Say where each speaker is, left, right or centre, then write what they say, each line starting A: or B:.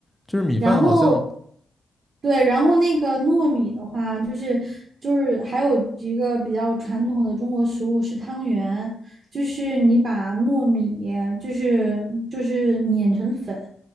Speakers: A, in the centre; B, on the right.
A: 就是米饭好像
B: 然后对，然后那个糯米的话，就是就是还有一个比较传统的中国食物是汤圆，就是你把糯米就是就是碾成粉，